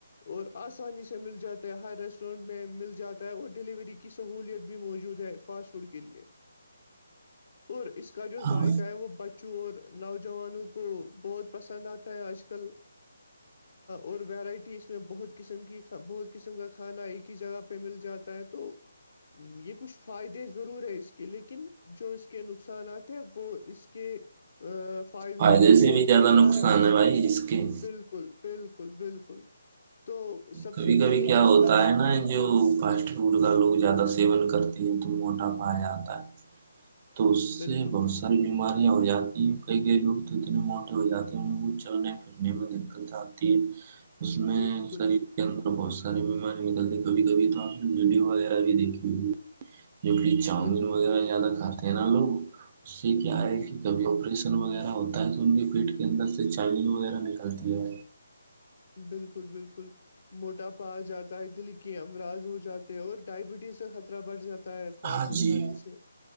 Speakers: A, on the left (about 55°); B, on the right (about 30°).
A: اور آسانی سے مل جاتی ہر ریسٹورینٹ میں مل جاتا ہے اور ڈیلیوری کی سہولیت بھی موجود ہے فاسٹ فوڈ کے لیے اور اس کو اس کا جو
B: ہاں
A: ذائقہ ہے وہ بچوں اور نوجوانوں کو بہت پسند آتا ہے آج کل اور ویرائٹی اس میں بہت قسم کی بہت قسم کا کھانا ایک ہی جگہ پہ مل جاتا ہے تو یہ کچھ فائدے ضرور ہے اس کے لیکن جو اس کے نقصانات وہ اس کے فائدوں
B: فائدے
A: سے بہت
B: بھی
A: زیادہ
B: نقصان ہے بھائی اس کے
A: بالکل بالکل بالکل تو سب
B: کبھی
A: سے
B: کبھی
A: پہلے
B: کیا
A: ہی اس
B: ہوتا
A: کا
B: ہے نا جو فاسٹ فوڈ کا لوگ زیادہ سیون کرتی ہے تو موٹا پا آتا ہے تو اس
A: بالکل
B: سے بس ساری بیماریاں ہو جاتی ہیں کئی کئی لوگ تو اتنے موٹے ہو جاتے ہیں ان کو چلنے میں دقت آتی ہے اس میںری
A: بالکل
B: یہ اندر بہت ساریے بیماری نکلے کبھی کبھی تو ہم نے ویڈیو والے بھی دیکھے ہو جوک چاؤمین
A: بالکل
B: وغیرہ
A: بالکل
B: زیادہ کھاتے ہیں نا لوگ اس سے کیا ہے
A: جی
B: کہ کبھی آپریشن وغیرہ ہوتا ہے تو ان کے پیٹ کے اندر سے چین وغیرہ نکلتی ہے
A: بالکل بالکل موٹاپا آ جاتا ہے دل کے امراض ہو جاتے ہیں اور ڈائبٹیز سے خطرہ بڑھ جاتا ہے ہے فاسٹ
B: ہاں
A: فوڈ
B: جی
A: کھانے سے